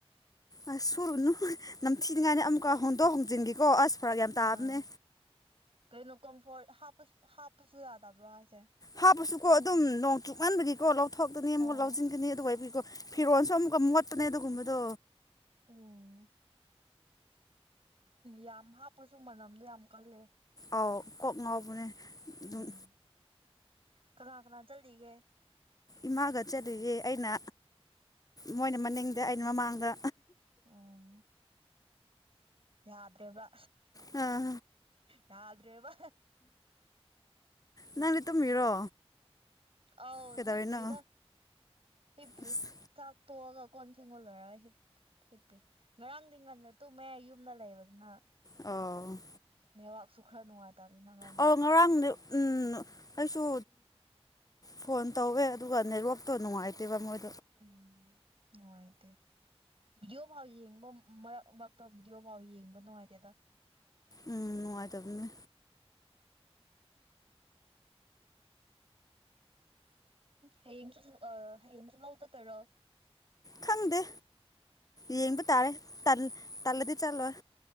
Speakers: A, on the left; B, on the right.
A: ꯑꯁ ꯁꯨꯔꯨꯅꯨ ꯅꯝꯊꯤꯅꯤꯡꯉꯥꯏꯅꯤ ꯑꯃꯨꯛꯀ ꯍꯣꯡꯗꯣꯛ ꯍꯣꯡꯖꯤꯟꯒꯤꯀꯣ ꯑꯁ ꯐꯔꯛ ꯌꯥꯝ ꯇꯥꯕꯅꯦ
B: ꯑꯥ ꯀꯩꯅꯣ ꯀꯝꯐꯣꯔꯠ ꯍꯥꯞꯄꯁ ꯍꯥꯞꯄꯁꯨ ꯌꯥꯗꯕ꯭ꯔꯣ ꯍꯥꯏꯁꯦ
A: ꯍꯥꯞꯄꯁꯨꯀꯣ ꯑꯗꯨꯝ ꯅꯣꯡ ꯆꯨꯛꯃꯟꯕꯒꯤꯀꯣ ꯂꯧꯊꯣꯛꯇꯅꯤ ꯑꯃꯨꯛ
B: ꯑꯥ
A: ꯂꯧꯖꯤꯟꯒꯅꯤ ꯑꯗꯨ ꯑꫭꯏꯕꯩ ꯀꯣ ꯐꯤꯔꯣꯟꯁꯨ ꯑꯃꯨꯛꯀ ꯃꯣꯠꯄꯅꯦ ꯑꯗꯨꯒꯨꯝꯕꯗꯣ
B: ꯑꯣ ꯌꯥꯝ ꯍꯥꯞꯄꯁꯨ ꯃꯅꯝꯗꯣ ꯌꯥꯝ ꯀꯜꯂꯦ
A: ꯑꯥꯎ ꯀꯣꯛ ꯉꯥꯎꯕꯅꯦ
B: ꯎꯝ
A: ꯑꯗꯨꯝ
B: ꯀꯅꯥ ꯀꯅꯥ ꯆꯠꯂꯤꯒꯦ
A: ꯏꯃꯥꯒ ꯆꯠꯂꯤꯌꯦ ꯑꯩꯅ ꯃꯣꯏꯅ ꯃꯅꯤꯡꯗ ꯑꯩꯅ ꯃꯃꯥꯡꯗ
B: ꯑꯣ ꯌꯥꯗ꯭ꯔꯦꯕ
A: ꯑ
B: ꯌꯥꯗ꯭ꯔꯦꯕꯥ
A: ꯅꯪꯗꯤ ꯇꯨꯝꯃꯤꯔꯣ
B: ꯑꯧ
A: ꯀꯩꯗꯧꯔꯤꯅꯣ
B: ꯍꯤꯞꯄꯤꯗ ꯍꯤꯞꯄꯤ
A: ꯑꯁ
B: ꯆꯥꯛ ꯇꯣꯛꯑꯒ ꯀꯣꯟ ꯐꯦꯡꯕ ꯂꯣꯏꯔꯒ ꯍꯤꯞ ꯍꯤꯞꯄꯤ ꯉꯔꯥꯡꯗꯤ ꯉꯜꯅ ꯇꯨꯝꯃꯦ ꯌꯨꯝꯗ ꯂꯩꯕꯅꯤꯅ
A: ꯑꯣ
B: ꯅꯦꯠꯋꯥꯔꯛꯁꯨ ꯈꯔ ꯅꯨꯡꯉꯥꯏ ꯇꯝꯅꯤꯅ
A: ꯑꯧ ꯉꯔꯥꯡ ꯎꯝ ꯑꯩꯁꯨ ꯐꯣꯟ ꯇꯧꯋꯦ ꯑꯗꯨꯒ ꯅꯦꯠꯋꯥꯛꯇꯣ ꯅꯨꯡꯉꯥꯏꯇꯦꯕ ꯃꯣꯏ
B: ꯎꯝ ꯅꯨꯡꯉꯥꯏꯇꯦ ꯚꯤꯗꯤꯑꯣ ꯐꯥꯎ ꯌꯦꯡꯕ ꯃꯔꯛ ꯃꯔꯛꯇ ꯚꯤꯗꯤꯑꯣꯐꯥꯎ ꯌꯦꯡꯕ ꯅꯨꯡꯉꯥꯏꯇꯦꯗ
A: ꯎꯝ ꯅꯨꯡꯉꯥꯏꯇꯕꯅꯦ
B: ꯍꯌꯦꯡꯁꯨ ꯑꯥ ꯍꯌꯦꯡꯁꯨ ꯂꯧ ꯆꯠꯇꯣꯏꯔꯣ
A: ꯈꯪꯗꯦ ꯌꯦꯡꯕ ꯇꯥꯔꯦ ꯇꯜ ꯇꯜꯂꯗꯤ ꯆꯠꯂꯣꯏ